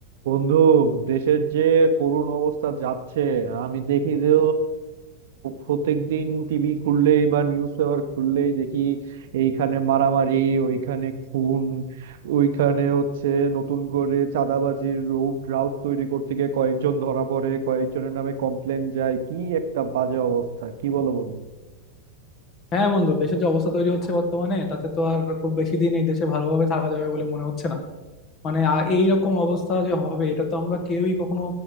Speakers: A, on the right; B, on the left.
A: বন্ধু দেশের যে করুণ অবস্থা যাচ্ছে আমি দেখি যে প্রত্যেক দিন টিভি খুললেই বা নিউজ পেপার খুললেই দেখি এইখানে মারামারি ওইখানে খুন ওইখানে হচ্ছে নতুন করে চাঁদাবাজির রুট রাউট তৈরি করতে গিয়ে কয়েকজন ধরা পড়ে কয়েকজনের নামে কমপ্লেন যায় কি একটা বাজে অবস্থা কি বলো বন্ধু
B: হ্যাঁ বন্ধু দেশের যে অবস্থা তৈরি হচ্ছে বর্তমানে তাতে তো আর খুব বেশি দিন এই দেশে ভালোভাবে থাকা যাবে বলে মনে হচ্ছে না মানে আ- এইরকম অবস্থা যে হবে এটা তো আমরা কেউই কখনো